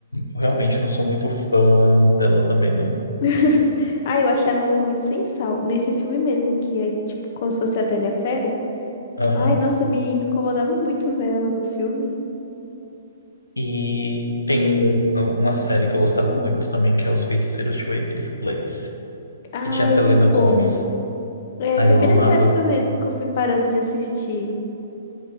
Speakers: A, on the left; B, on the left.
A: eu realmente não sou muito fã dela também, não.
B: <laughs> Ai, eu achava ela muito sem sal. Nesse filme mesmo, que é tipo como se fosse a Bela e a Fera.
A: Aham.
B: Ai, nossa, me, me incomodava muito ver ela no filme.
A: E tem um- uma série que eu gostava muito também, que é Os Feiticeiros de Waverly Place,
B: Ah,
A: que tinha a Selena
B: eu vi
A: Gomez.
B: pouco. É,
A: Aí
B: foi
A: eu
B: bem
A: amava.
B: nessa época mesmo que eu fui parando de assistir.